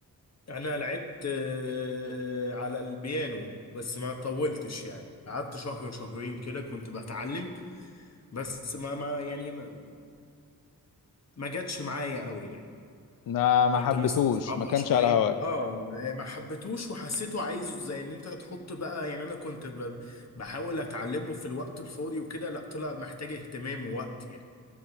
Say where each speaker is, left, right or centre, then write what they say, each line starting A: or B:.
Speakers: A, on the left (about 45°); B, on the left (about 60°).
A: انا لعبت آه، على البيانو بس ما طولتش يعني قعدت شهر شهرين كده كنت بتعلم بس ما ما يعني ما, ما جاتش معايا قوي يعني
B: ما ما
A: كنت
B: حبيتوش
A: مستصعبها
B: ما كانش
A: شوية
B: على هواك
A: اه يعني ما حبيتوش وحسيته عايزه زي ان انت تحط بقى يعني انا كنت ب- بحاول اتعلمه في الوقت الفاضي وكده لا طلع محتاج اهتمام ووقت يعني